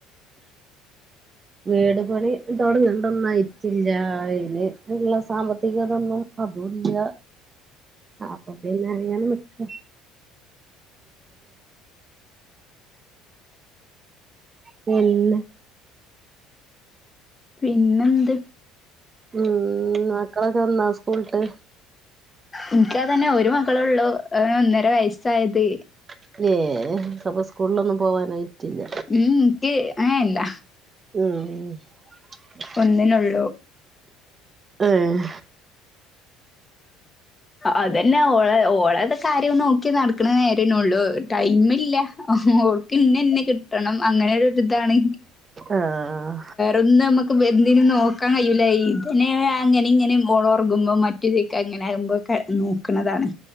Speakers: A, on the right (about 30°); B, on the left (about 20°).
A: വീട് പണി തൊടങ്ങേണ്ടൊന്നായിട്ടില്ലാ ഇനി അതിനുള്ള സാമ്പത്തിക ഇതൊന്നും അതൂല്യ അപ്പ പിന്നെ അങ്ങനെ നിക് <unintelligible> പിന്നെ
B: പിന്നെന്ത്
A: ഉം മക്കളെക്കെവന്നാ സ്കൂളിട്ട്
B: എനിക്കതന്നെ ഒരു മകളെ ഉള്ളു ഒന്നര വയസ്സായത്
A: <unintelligible> അപ്പോ സ്കൂളിലൊന്നും പോവാനായിട്ടില്ല
B: ഉം ഇക്ക് ഏഹ് ഇല്ല
A: ഉം
B: ഒന്നിനുള്ളൂ
A: ആഹ്
B: അതന്നെ ഓളെ ഓളടെ കാര്യം നോക്കി നടക്കണ നേരന്നേള്ളു ടൈമില്ല ഓൾക്ക് ഇന്നെ ഇന്നെ കിട്ടണം അങ്ങനൊരിതാണ്
A: ആഹ്
B: ഒന്ന് നമുക്ക് എന്തിനും നോക്കാൻ കഴിയൂല ഇതിനെ അങ്ങനെ ഇങ്ങനെ മോളൊറങ്ങുമ്പോ മറ്റ് <unintelligible> അങ്ങനെ ആകുമ്പോക്കെ നോക്കണതാണ്